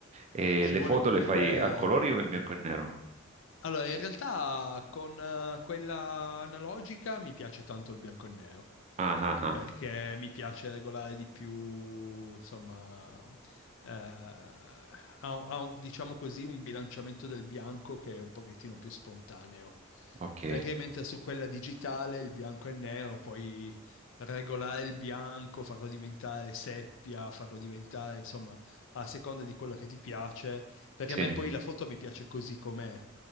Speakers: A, on the right (about 30°); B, on the left (about 60°).
A: E
B: Ci
A: le
B: vuole
A: foto
B: comunque.
A: le fai a colori o in bianco e nero?
B: Allora, in realtà con eh, quella analogica mi piace tanto il bianco e nero,
A: Ah, ah, ah,
B: perché mi piace regolare di più, insomma, eh, ha- ha un- diciamo così, un bilanciamento del bianco che è un pochettino più spontaneo.
A: ok,
B: Perché mentre su quella digitale il bianco e nero puoi regolare il bianco, farlo diventare seppia, farlo diventare, insomma, a seconda di quello che ti piace, perché
A: sì,
B: a me poi la foto mi piace così com'è.